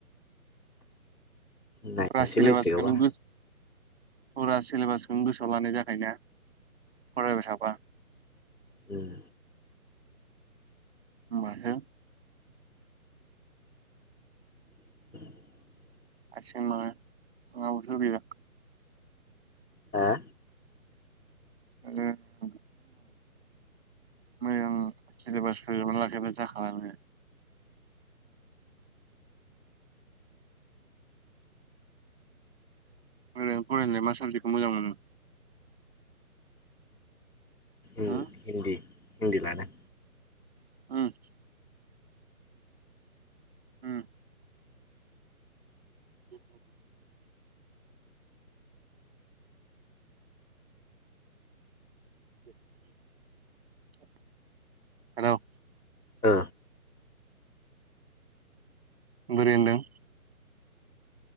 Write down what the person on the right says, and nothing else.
फुरा सेलेबासखौ
नों गोस फुरा सेलेबास नों गोसोआव लानाय जाखायोना फरायबाय थाबा।
होमबासो
<unintelligible>
<unintelligible> मोजां सेलेबास फोजोबना लाखायाबा जाखाला नों। मोजाङै फरायनोलाय मा साबजेक्टखौ मोजां मोनो?
हो
उम। उम। <inaudible> <inaudible> हेलौ।
बोरै मोनदों?